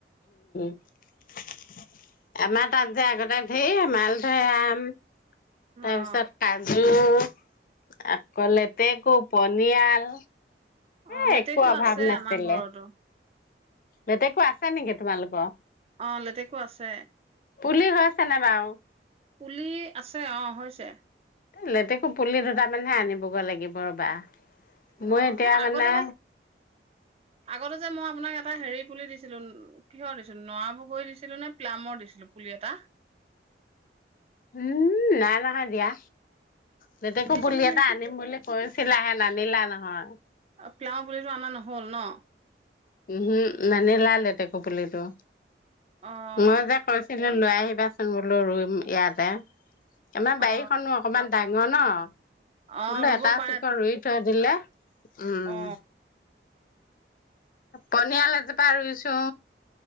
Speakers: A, on the left (about 50°); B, on the right (about 35°).
A: <inaudible> আমাৰ তাত যে আগতে ধেৰমাল ধেৰ আম তাৰপিছত
B: অ
A: কাজু উম আকৌ লেতেকু পনিয়াল
B: অ
A: এ
B: লেটেকু
A: একো অভাৱ
B: আছে
A: নাছিলে,
B: আমাৰ ঘৰতো
A: লেটেকু আছে নেকি তোমালোকৰ
B: অ লেতেকু আছে
A: পুলি হৈছে নে বাৰু
B: পুলি আছে অ হৈছে
A: লেতেকো পুলি দুটা মানহে আনিবগৈ লাগিব ৰ'বা
B: অ
A: মই এতিয়া
B: এ আগতে
A: মানে
B: যে আগতে যে মই আপোনাক এটা হেৰিত পুলি দিছিলো কিহৰ দিছিলো নৰা বগৰী দিছিলো নে প্লামৰ দিছিলো পুলি এটা
A: উম নাই নহয় দিয়া লেতেকু
B: দিছিলো
A: পুলি এটা
B: নেকি
A: আনিম বুলি কৈছো <unintelligible> এ নানিলা নহয়
B: প্লামৰ পুলিটো আনা নহ'ল ন
A: উমহো নানিলা লেতেকু পুলিটো
B: অহ
A: মই যে কৈছিলো লৈ আহিবাচোন মোলৈ ৰুম ইয়াতে আমাৰ বাৰীখনো
B: অ
A: অকমান ডাঙ ন ন
B: অ
A: বোলে
B: ৰুব
A: এটা
B: পাৰে
A: শিপা ৰুই থৈ দিলে উম
B: অ
A: পনিয়াল এজোপা ৰুইছো